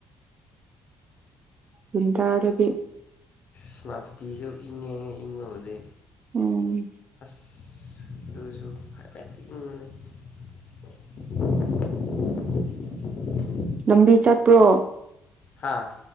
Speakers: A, on the right; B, on the left.
A: ꯋꯤꯟꯇ꯭ꯔꯗꯗꯤ
B: ꯁꯦꯅꯄꯇꯤꯁꯨ ꯏꯉꯦ ꯏꯪꯕꯨꯗꯤ
A: ꯎꯝ
B: ꯑꯁ ꯑꯗꯨꯖꯨ ꯍꯥꯏꯐꯠꯇꯤ ꯏꯪꯕꯅꯦ <unintelligible>
A: ꯂꯝꯕꯤ ꯆꯠꯄ꯭ꯔꯣ
B: ꯍꯥꯥ